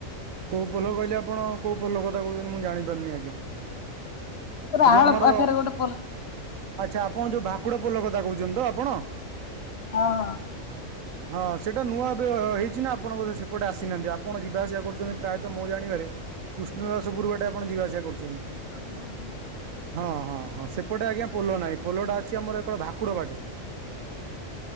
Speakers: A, on the right; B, on the left.
A: କୋଉ ପୋଲ କହିଲେ ଆପଣ କଉ ପୋଲ କଥା କହୁଛନ୍ତି ମୁଁ ଜାଣିପାରୁନି ଆଜ୍ଞା।
B: ରାହାଳ
A: ଏ ଯୋଉ ଆମର
B: ପାଖରେ ଗୋଟେ ପୋହ୍ଲ।
A: ଆଚ୍ଛା ଆପଣ ଯଉ ଭାକୁଡ ପୋଲ କଥା କହୁଛନ୍ତି ତ ଆପଣ?
B: ହଁ, ଅ।
A: ହଁ ସେଇଟା ନୂଆ ଏବେ ହେଇଛି ନା ଆପଣ ବୋଧେ ସେପଟେ ଆସିନାହାନ୍ତି ଆପଣ ଯିବା ଆସିବା କରୁଛନ୍ତି। ପ୍ରାୟତଃ ମୋ ଜାଣିବାରେ କୃଷ୍ଣ ଦାସ ପୁରୁବାଟେ ଆପଣ ଯିବାଆସିବା କରୁଛନ୍ତି।
B: <unintelligible>
A: ହଁ, ହଁ, ହଁ ସେପଟେ ଆଜ୍ଞା ପୋହ୍ଲ ନାହିଁ ପୋହ୍ଲଟା ଅଛି ଆମର ଏକର ଭାକୁଡ଼ ବାଟେ।